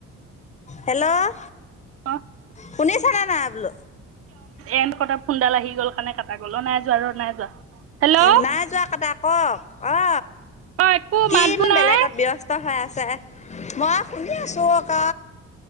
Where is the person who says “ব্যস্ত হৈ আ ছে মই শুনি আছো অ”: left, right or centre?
Left